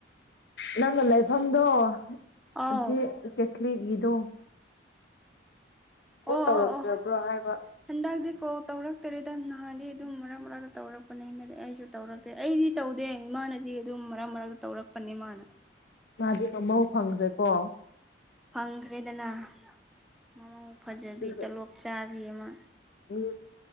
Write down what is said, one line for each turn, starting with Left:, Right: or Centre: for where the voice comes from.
Left: ꯅꯪꯅ ꯂꯩꯐꯝꯗꯣ
Centre: ꯑꯧ
Left: ꯑꯗꯨ ꯀꯦꯊꯂꯤꯛꯀꯤꯗꯣ
Centre: ꯑꯣ
Left: ꯇꯧꯔꯛꯇ꯭ꯔꯕ꯭ꯔꯣ
Centre: ꯑꯣ ꯑꯣ
Left: ꯍꯥꯏꯕ
Centre: ꯍꯗꯒꯗꯤ ꯀꯣ ꯇꯧꯔꯛꯇꯔꯦꯗ ꯅꯍꯥꯟꯗꯤ ꯑꯗꯨꯝ ꯃꯔꯛ ꯃꯔꯛꯇ ꯇꯧꯔꯛꯄꯅꯦꯅꯗꯤ ꯑꯩꯁꯨ ꯇꯧꯔꯛꯇꯦ ꯑꯩꯗꯤ ꯇꯧꯗꯦ ꯏꯃꯥꯅꯗꯤ ꯁꯤ ꯑꯗꯨꯝ ꯃꯔꯛ ꯃꯔꯛꯇ ꯇꯧꯔꯛꯄꯅꯤ ꯃꯥꯅ
Left: ꯃꯥꯗꯤ ꯃꯃꯧ ꯐꯪꯗ꯭ꯔꯦꯀꯣ
Centre: ꯐꯪꯈ꯭ꯔꯦꯗꯅ ꯃꯃꯧ ꯐꯖꯕꯤ
Left: ꯑꯗꯨꯒ
Centre: ꯇꯂꯣꯞ ꯆꯥꯕꯤ ꯑꯃ
Left: ꯃꯤ